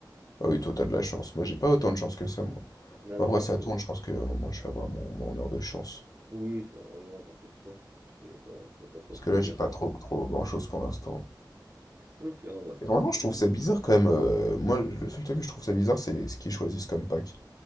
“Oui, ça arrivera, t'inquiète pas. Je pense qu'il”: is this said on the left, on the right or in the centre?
Right